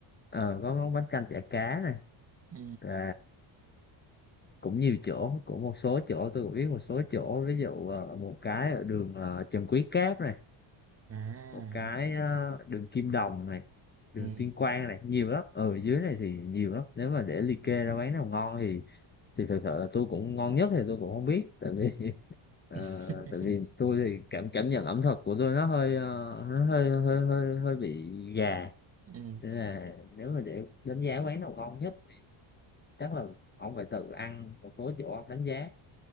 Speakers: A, on the left; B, on the right.
A: ờ có món bánh canh chả cá này
B: ừ
A: và cũng nhiều chỗ cũng một số chỗ tôi cũng biết một số chỗ ví dụ ờ, một cái ở đường ờ, Trần Quý Cáp này
B: à
A: một cái ờ, đường Kim Đồng này đường
B: ừ
A: Tuyên Quang này nhiều lắm ở dưới này thì nhiều lắm nếu mà để liệt
B: ừ
A: kê ra quán nào ngon thì thì thật sự là tôi cũng ngon nhất thì tôi cũng không biết tại vì <laughs> ờ,
B: <laughs>
A: tại vì tôi thì cảm cảm nhận ẩm thực của tôi nó hơi ờ, nó hơi hơi hơi hơi bị gà
B: ừ
A: nên là nếu mà để đánh giá quán nào ngon nhất chắc là ông phải tự ăn một số chỗ ông đánh giá